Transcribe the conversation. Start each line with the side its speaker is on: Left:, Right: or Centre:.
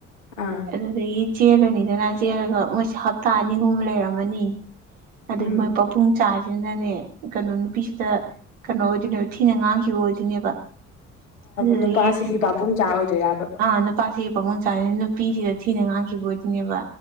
Left: ꯑꯥ
Right: ꯑꯗꯨꯗꯒꯤ ꯆꯦꯜꯂꯅꯤꯗꯅ ꯆꯦꯜꯂꯒ ꯃꯣꯏꯁꯦ ꯍꯞꯇꯥ ꯑꯅꯤ ꯑꯍꯨꯝ ꯂꯩꯔꯝꯃꯅꯤ ꯑꯗꯩ
Left: ꯎꯝ
Right: ꯃꯣꯏ ꯄꯥꯕꯨꯡ ꯆꯥꯁꯤꯅꯅꯦ ꯀꯩꯅꯣ ꯅꯨꯄꯤꯁꯤꯗ ꯀꯩꯅꯣ ꯑꯣꯏꯗꯣꯏꯅꯦꯕ ꯊꯤꯅ ꯉꯥꯡꯈꯤꯕ ꯑꯣꯏꯗꯣꯏꯅꯦꯕ ꯑꯗꯨꯗꯒꯤ
Left: ꯅꯨꯄꯥꯁꯤꯒꯤ ꯄꯥꯕꯨꯡꯆꯥ ꯑꯣꯏꯗꯣꯏꯕ
Right: ꯑꯥ ꯅꯨꯄꯥꯁꯤꯒꯤ ꯄꯥꯕꯨꯡ ꯆꯥꯔꯤ ꯅꯨꯄꯤꯁꯤꯗ ꯊꯤꯅ ꯉꯥꯡꯈꯤꯕ ꯑꯣꯏꯗꫭꯏꯅꯦꯕ